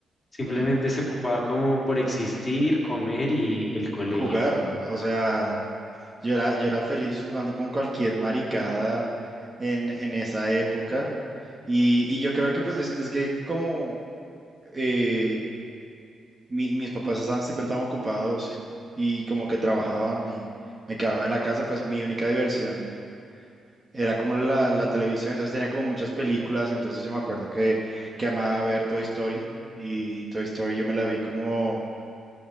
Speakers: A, on the left; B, on the right.
A: simplemente
B: Mm,
A: se ocupaba como por existir, comer y el colegio.
B: jugar, o sea, yo era, yo era feliz jugando con cualquier maricada en, en esa época y, y yo creo que pues es, es que como eh, mi- mis papás estaban siempre tan ocupados y como que trabajaban y me quedaba en la casa, pues mi única diversión era como la, la televisión, entonces tenía como muchas películas, entonces yo me acuerdo que, que amaba ver Toy Story y Toy Story yo me la vi como,